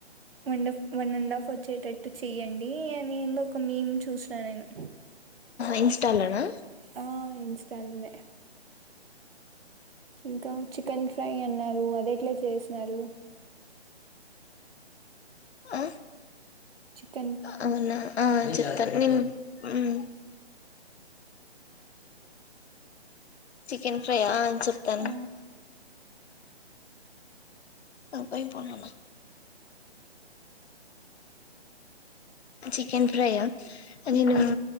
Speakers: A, on the right; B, on the left.
A: వన్డఫ్ వన్ అండ్ హాఫ్ వచ్చేటట్టు చెయ్యండి అని ఏందో ఒక మీమ్ చూసిన నేను
B: ఇన్స్టాలనా
A: ఆ ఇన్స్టాలోనే ఇంకా చికెన్ ఫ్రై అన్నారు అద్ ఎట్లా చేసినారు
B: ఆ
A: చికెన్
B: అవునా ఆ చికెన్ నీన్ ఉమ్ చికెన్ ఫ్రై అ చెప్తాను
A: ఆ!
B: అపై పొంగన్న చికెన్ ఫ్రై అ
A: హ్మ్.
B: నేను